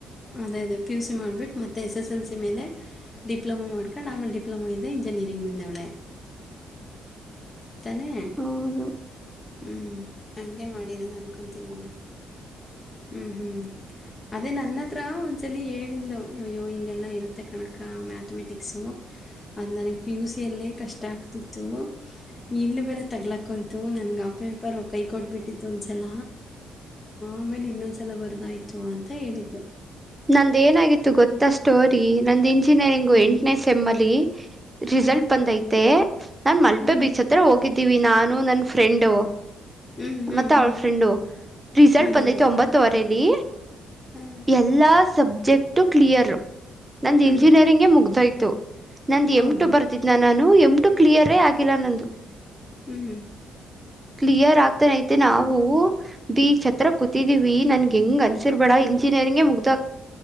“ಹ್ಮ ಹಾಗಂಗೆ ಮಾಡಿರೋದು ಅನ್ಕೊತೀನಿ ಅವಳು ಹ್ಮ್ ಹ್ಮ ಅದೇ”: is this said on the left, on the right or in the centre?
Left